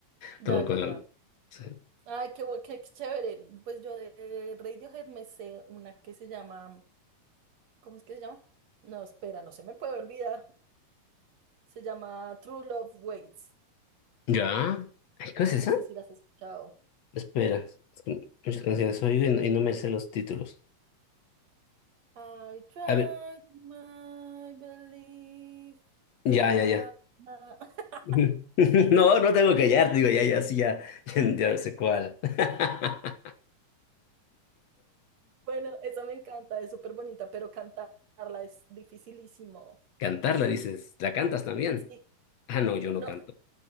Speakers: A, on the right; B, on the left.
A: Ya,
B: Toco con
A: ya,
B: la.
A: ya.
B: sí.
A: Ay, qué, bu- qué chévere. Pues yo de Radiohead me sé una que se llama, ¿cómo es que se llama? No, espera, no se me puede olvidar. Se llama True Love Waits.
B: ¿Ya? Ay, ¿Qué es esa?
A: No sé si las has escuchado.
B: Espera, es que muchas canciones oigo y, no y no me sé los títulos.
A: I tried
B: A ver,
A: my belief.
B: ya,
A: Na, na,
B: ya, ya.
A: na. <laughs>
B: <laughs> No, no tengo que hallar, digo, ya, ya, sí, ya, <laughs> ya no sé cuál. <laughs>
A: Bueno, esa me encanta, es súper bonita, pero cantarla es dificilísimo.
B: Cantarla, dices, ¿la cantas también?
A: Sí,
B: Ah, no, yo no
A: no,
B: canto.